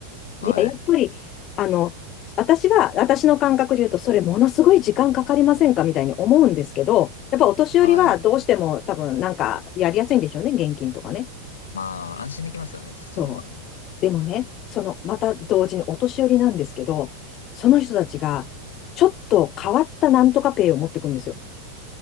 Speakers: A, on the left (about 35°); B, on the left (about 70°).
A: で、
B: はい。
A: やっぱり、あの、私は、私の感覚で言うと、それものすごい時間かかりませんかみたいに思うんですけど、やっぱお年寄りはどうしても多分なんかやりやすいんでしょうね、
B: はい。
A: 現金とかね。
B: まあ、安心できますよね、そっちの方が。
A: そう。でもね、その、また同時にお年寄りなんですけど、その人たちが、ちょっと変わったなんとかペイを持ってくるんですよ。